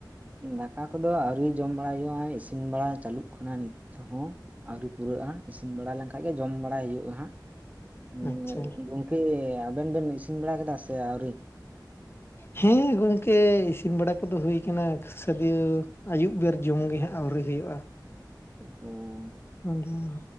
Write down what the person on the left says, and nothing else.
ᱟᱪᱪᱷᱟ
ᱦᱮᱸ ᱜᱚᱢᱠᱮ ᱤᱥᱤᱱ ᱵᱟᱲᱟ ᱠᱚᱫᱚ ᱦᱩᱭ ᱟᱠᱟᱱᱟ᱾ ᱥᱟᱹᱫᱤᱭᱟᱹ ᱟᱹᱭᱩᱵ ᱵᱮᱨ ᱡᱚᱢ ᱜᱮ ᱦᱟᱸᱜ ᱟᱹᱣᱨᱤ ᱦᱩᱭᱩᱜᱼᱟ᱾
ᱩᱸᱦᱩᱸ᱾